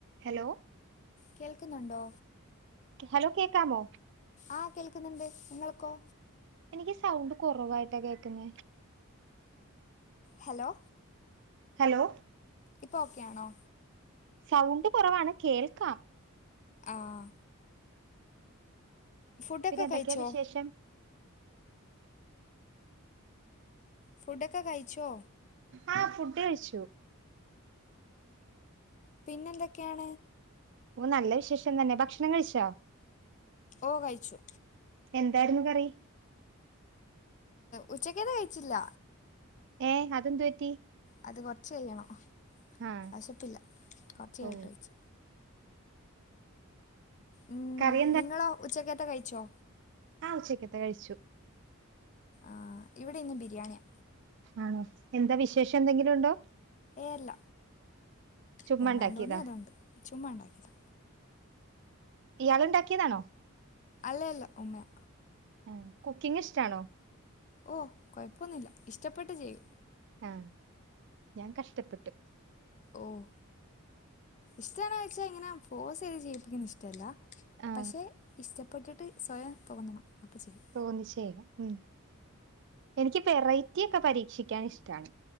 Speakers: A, on the right (about 55°); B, on the left (about 35°).
A: Hello
B: കേൾക്കുന്നുണ്ടോ
A: hello കേക്കാമോ?
B: ആഹ്, കേക്കുന്നുണ്ട്. നിങ്ങൾക്കോ?
A: എനിക്ക് സൗണ്ട് കെറവായിട്ടാ കേക്കുന്നെ.
B: ഹലോ
A: ഹലോ
B: ഇപ്പൊ ഓക്കെയാണോ?
A: സൗണ്ട് കൊറവാണ്. കേൾക്കാം.
B: ആഹ് ഫുഡൊക്കെ
A: പിന്നെന്തക്കെയാ
B: കഴിച്ചോ
A: വിശേഷം?
B: ഫുഡക്കെ കയിച്ചോ?
A: ആഹ്, ഫുഡ് കഴിച്ചു.
B: പിന്നെന്തക്കെയാണ്?
A: ഓഹ്, നല്ല വിശേഷം തന്നെ. ഭക്ഷണം കഴിച്ചോ?
B: ഓഹ്, കഴിച്ചു.
A: എന്തായിരുന്നു കറി?
B: ഉച്ചക്കത് കഴിച്ചില്ല.
A: ഏഹ്, അതെന്തു പറ്റി?
B: അത് കൊറച്ച് കയ്യണം.
A: ആ
B: വെശപ്പില്ല കൊറച്ച് കയ്യട്ടെ
A: ഓ
B: വെച്ച്. ഉം,
A: കറി
B: നിങ്ങളോ ഉച്ചക്കത്തെ കയിച്ചോ?
A: ആഹ് ഉച്ചയ്ക്കത്തെ കഴിച്ചു.
B: ആഹ് ഇവിടെ ഇന്ന് ബിരിയാണിയാ.
A: ആണോ, എന്താ വിശേഷം എന്തെങ്കിലും ഒണ്ടോ?
B: ഏയ് അല്ല.
A: ചുമ്മണ്ടാക്കിയതാ.
B: തിന്നാൻ തോന്നി അതുണ്ട് ചുമ്മാ ഉണ്ടാക്കിയതാ
A: ഇയാളുണ്ടാക്കിയതാണോ?
B: അല്ലല്ല ഉമ്മയാ.
A: ആഹ്, കുക്കിങ് ഇഷ്ടാണോ?
B: ഓഹ് കൊഴപ്പൊന്നുല്ല. ഇഷ്ടപ്പെട്ട് ചെയ്യും.
A: ആഹ്, ഞാൻ കഷ്ടപ്പെട്ടും.
B: ഓഹ്, ഇഷ്ടാണോന്ന് ചോയ്‌ച്ചാ ഇങ്ങനെ ഫോഴ്സ് ചെയ്ത് ചെയ്യിപ്പിക്കുന്ന ഇഷ്ടല്ല.
A: ആ
B: പക്ഷെ, ഇഷ്ടപ്പെട്ടിട്ട് സ്വയം തോന്നണം അപ്പ ചെയ്യും.
A: തോന്നിച്ചെയ്യാ. ഉം, എനിക്ക് വെറൈറ്റി ഒക്കെ പരീക്ഷിക്കാൻ ഇഷ്ടാണ്.